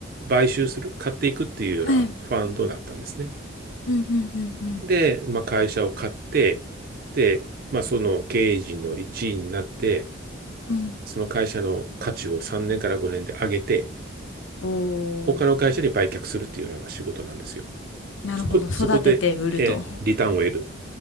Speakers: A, on the right; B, on the left.
A: 買収する、買っていくっていうようなファンドだったんですね。
B: はい。うんうんうんうん
A: で、まあ、会社を買って、で、まあ、その経営陣の一員になって、
B: うん。
A: その会社の価値を3年から5年で上げて、
B: お
A: 他の会社に売却するっていうような仕事なんですよ。
B: お、なるほど。
A: そこ、
B: 育てて売ると。
A: そこで、えーリターンを得る。